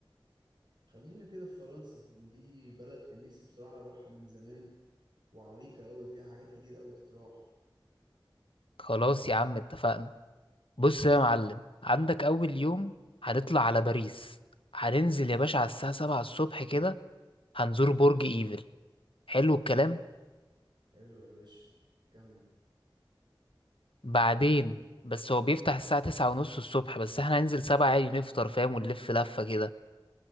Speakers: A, on the right; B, on the left.
A: خلينا كده في فرنسا ان دي بلد كان نفسي بصراحة اروحها من زمان وعريقة قوي فيها حاجات كتير قوي تتراح
B: خلاص يا عم اتفقنا بص يا معلم عندك أول يوم هنطلع على باريس هننزل يا باشا على الساعة سبعة الصبح كده هنزور برج إيفل حلو الكلام
A: حلو يا باشا كمل
B: بعدين بس هو بيفتح الساعة تسعة ونص الصبح بس احنا هننزل سبعة عادي نفطر فاهم ونلف لفة كده